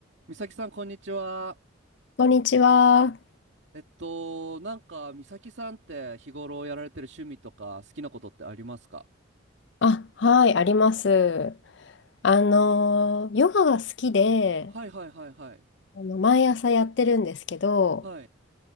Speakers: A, on the right (about 55°); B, on the left (about 55°).
A: 美咲さん、こんにちは。
B: こんにちは。
A: えっと、なんか、美咲さんって日頃やられてる趣味とか好きなことってありますか
B: あ、はい、あります。あのヨガが好きで、
A: はいはいはいはい。
B: あの、毎朝やってるんですけど、
A: はい、